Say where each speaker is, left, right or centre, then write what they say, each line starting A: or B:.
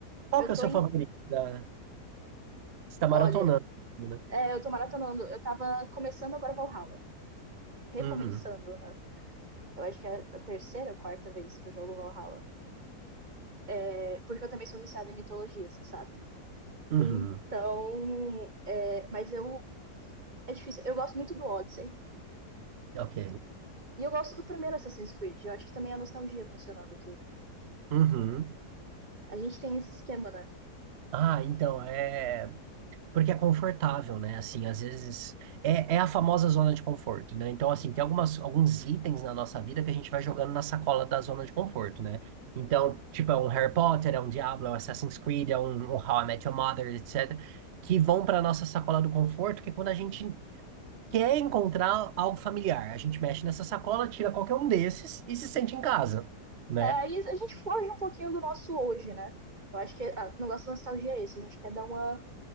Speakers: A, on the right (about 60°); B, on the right (about 25°).
A: qual
B: eu
A: que é
B: tô
A: o seu
B: em.
A: favorito? da- Você está maratonando,
B: Olha,
A: né?
B: É, eu tô maratonando. Eu tava começando agora Valhalla. Recomeçando,
A: Uhum.
B: né? Eu acho que é a terceira, quarta vez que eu jogo Valhalla. É, porque eu também sou viciada em mitologia, você sabe?
A: Uhum.
B: Então. é, mas eu. É difícil. Eu gosto muito do Odyssey.
A: Ok.
B: E eu gosto do primeiro Assassin's Creed. Eu acho que também é a nostalgia funcionando aqui.
A: Uhum.
B: A gente tem esse esquema, né?
A: Ah, então, é. Porque é confortável, né? Assim, às vezes é, é a famosa zona de conforto, né? Então, assim, tem algumas, alguns itens na nossa vida que a gente vai jogando na sacola da zona de conforto, né? Então, tipo, é um Harry Potter, é um Diablo, é um Assassin's Creed, é um, um How I Met Your Mother, etc., que vão para nossa sacola do conforto, que é quando a gente quer encontrar algo familiar, a gente mexe nessa sacola, tira qualquer um desses e se sente em casa, né?
B: É, aí a gente foge um pouquinho do nosso hoje, né? Eu acho que ah, o negócio da nostalgia é esse. A gente quer dar uma